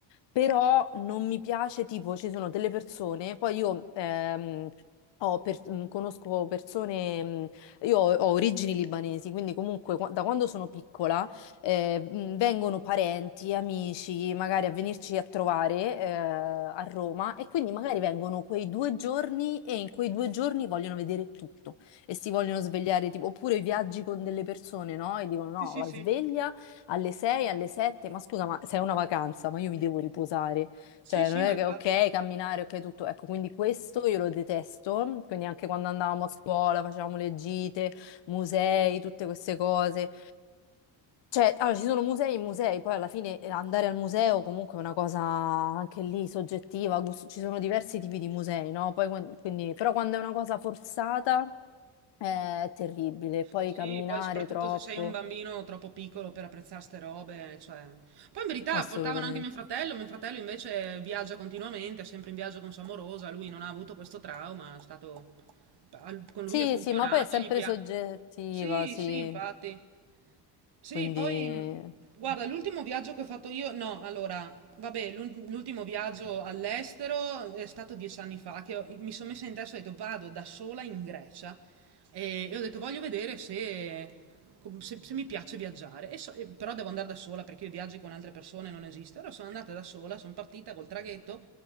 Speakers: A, on the left; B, on the right.
A: però non mi piace tipo ci sono delle persone, poi io... ehm, ho per- mh, conosco persone io ho, ho origini libanesi, quindi comunque qua- da quando sono piccola eh, mh, vengono parenti, amici, magari a venirci a trovare eh, a Roma e quindi magari vengono quei due giorni e in quei due giorni vogliono vedere tutto e si vogliono svegliare, tipo, oppure viaggi con delle persone, no? E dicono no,
B: Sì, sì,
A: la
B: sì.
A: sveglia alle 6, alle 7, ma scusa, ma sei una vacanza, ma io mi devo riposare.
B: Sì,
A: Cioè,
B: sì,
A: non è
B: ma infatti.
A: che ok, camminare, ok, tutto. Ecco, quindi questo io lo detesto. Quindi anche quando andavamo a scuola, facevamo le gite, musei, tutte queste cose. Cioè, allora, ci sono musei e musei, poi alla fine eh, andare al museo comunque è una cosa anche lì soggettiva, gusto- ci sono diversi tipi di musei, no? Poi, quan- quindi, però quando è una cosa forzata eh, è terribile, poi
B: Sì,
A: camminare
B: poi soprattutto
A: troppo,
B: se sei un bambino troppo piccolo per apprezzare ste robe, cioè... Poi in verità
A: assolutamente.
B: portavano anche mio fratello, mio fratello invece viaggia continuamente, è sempre in viaggio con sua amorosa, lui non ha avuto questo trauma, è stato... al- con lui
A: Sì,
B: è funzionato,
A: sì, ma poi è sempre
B: gli piace.
A: soggettiva,
B: Sì,
A: sì.
B: sì,
A: Eh,
B: infatti. Sì,
A: quindi...
B: poi mh, guarda, l'ultimo viaggio che ho fatto io, no, allora, vabbè, l'ul- l'ultimo viaggio all'estero è stato dieci anni fa che ho- mi sono messa in testa e ho detto vado da sola in Grecia e, e ho detto voglio vedere se, com- se- se mi piace viaggiare, E so- e- però devo andare da sola perché i viaggi con altre persone non esiste. Allora sono andata da sola, sono partita col traghetto